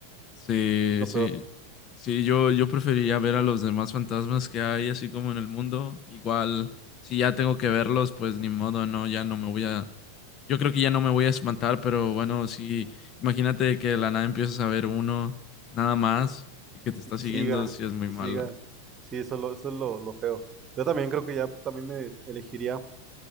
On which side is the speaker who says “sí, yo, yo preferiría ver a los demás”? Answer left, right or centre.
Left